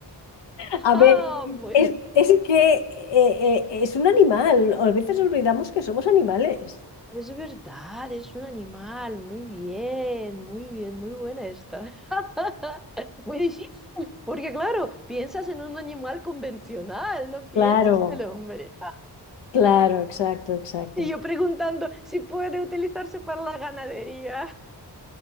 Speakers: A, on the left; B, in the centre.
A: <laughs>
B: ¡Ah!
A: A ver.
B: Muy...
A: Es, es que eh, eh, es un animal, a veces olvidamos que somos animales.
B: Es verdad, es un animal. Muy bien, muy bien, muy buena esta. <laughs> Muy difícil, porque claro, piensas en un animal convencional, no piensas
A: Claro,
B: en el hombre. Ah,
A: claro, exacto, exacto.
B: Y yo preguntando si puede utilizarse para la ganadería.